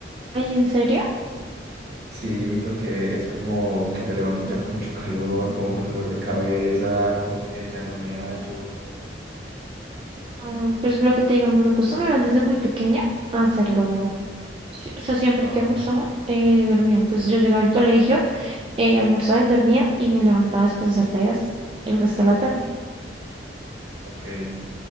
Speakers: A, on the right (about 30°); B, on the right (about 60°).
A: Ay, ¿en serio?
B: Sí, porque es como que me levanto ya con mucho calor, como con dolor de cabeza, como que ya no me hallo.
A: Ah, pues lo que te digo, a mí me acostumbraron desde muy pequeña a hacerlo. Sí, o sea, siempre
B: Ajá,
A: que almorzaba, eh, dormía. Entonces yo llegaba al colegio, eh, almorzaba y dormía y me levantaba después de hacer tareas el resto de la tarde.
B: ok.